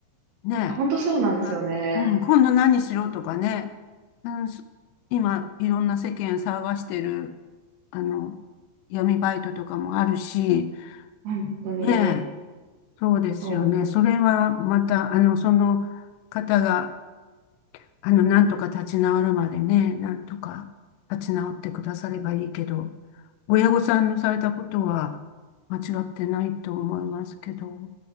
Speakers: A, on the left (about 85°); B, on the right (about 70°).
A: ねえ。
B: 本当そうなんですよね。
A: あのうん、今度何しろとかね。うん、す今、いろんな世間騒がしてる、あの、闇バイトとかもあるし、
B: 本当に。
A: ねえ。そうですよね。
B: そう。
A: それはまた、あの、その方が、あの、なんとか立ち直るまでね、なんとか立ち直ってくださればいいけど、親御さんのされたことは間違ってないと思いますけど。